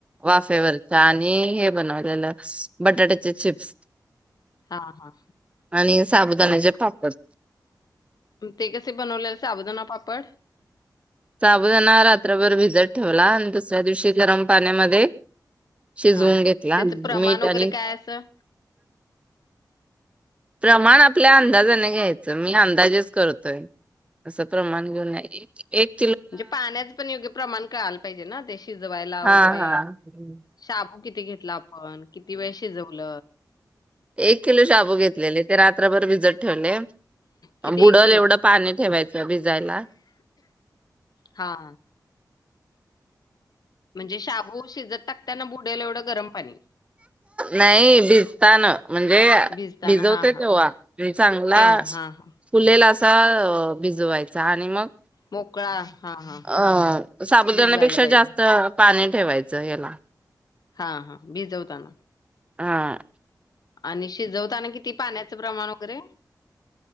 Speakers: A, on the right; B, on the left.
A: वाफेवर आणि हे बनवलेलं, बटाट्याचे चिप्स.
B: हां, हां.
A: आणि साबुदाण्याचे
B: हं.
A: पापड.
B: ते कसे बनवलेले साबुदाणा पापड?
A: साबूदना रात्रभर भिजत ठेवला, अन दुसऱ्या दिवशी गरम पाण्यामध्ये शिजवून
B: हां, हां.
A: घेतला
B: त्याचं प्रमाण
A: मीठ
B: वगैरे
A: आणि
B: काय असं?
A: प्रमाण आपल्या अंदाजाने घ्यायचं, मी अंदाजेच करतोय असं प्रमान घेऊन नाई, ए ए एकट ट्रीटमेंट
B: म्हंजे पाण्याच पण योग्य प्रमाण कळाल पाहिजे ना, ते शिजवायला
A: हा
B: वेगैरे
A: हा.
B: शाबू किती घेतला आपन? किती वेळ शिजवल?
A: एक किलो शाबू घेतलेले, ते रात्रभर भिजत ठेवले.
B: किती
A: अ बुडल
B: किलो?
A: एवढं पानी ठेवायचं भिजायला
B: हा. म्हणजे शाबू शिजत टाकताना, बुडेल एवढं गरम पानी,
A: नाही भिजताक्रिकेटनं म्हणजे <unintelligible>
B: भिजताना
A: भिजवते
B: हां, हां.
A: तवा, अन चांगला
B: तेव्हा हां, हां.
A: फुललेला असा भिजवायचा आणि मग
B: मोकळा हां, हां.
A: अ.... साबुदान्यापेक्षा
B: भिजवायला पाहिजे.
A: जास्त पाणी ठेवायचं येला.
B: हा हा भीजवताना....
A: हा.
B: आणि शिजवताना किती पान्याचं प्रमाण वगैरे?